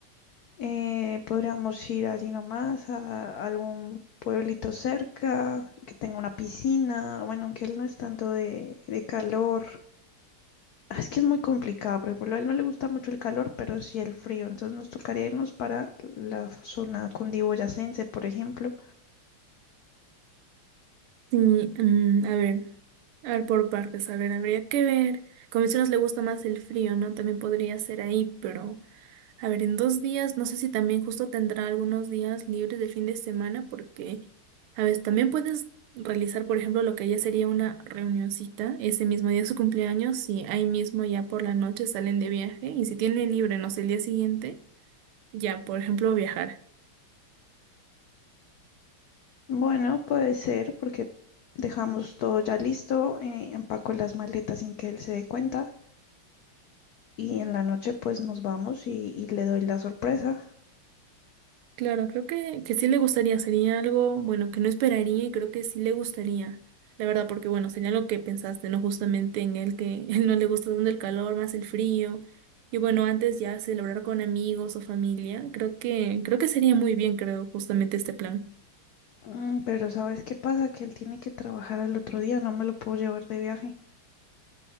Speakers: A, on the left; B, on the right.
A: Eh, podríamos ir allí nomás a algún pueblito cerca, que tenga una piscina, bueno, aunque él no es tanto de, de calor. Ah, Es que es muy complicado, por ejemplo, a él no le gusta mucho el calor, pero sí el frío, entonces nos tocaría irnos para la zona cundiboyacense, por ejemplo.
B: Y, mm, a ver. A ver, por partes, a ver, habría que ver. Como mencionas, le gusta más el frío, ¿no? También podría ser ahí, pero a ver, en dos días, no sé si también justo tendrá algunos días libres del fin de semana, porque, a ver, también puedes realizar, por ejemplo, lo que ya sería una reunioncita ese mismo día de su cumpleaños, y ahí mismo ya por la noche salen de viaje, y si tiene libre, no sé, el día siguiente, ya, por ejemplo, viajar.
A: Bueno, puede ser porque dejamos todo ya listo, eh, empaco las maletas sin que él se dé cuenta y en la noche pues nos vamos y, y le doy la sorpresa.
B: Claro, creo que, que sí le gustaría, sería algo, bueno, que no esperaría y creo que sí le gustaría, la verdad, porque bueno, sería lo que pensaste, ¿no? Justamente en él que <laughs> él no le gusta tanto el calor, más el frío. Y bueno, antes ya celebrar con amigos o familia, creo que, creo que sería muy bien, creo, justamente este plan.
A: Mm, pero ¿sabes qué pasa? Que él tiene que trabajar al otro día, no me lo puedo llevar de viaje.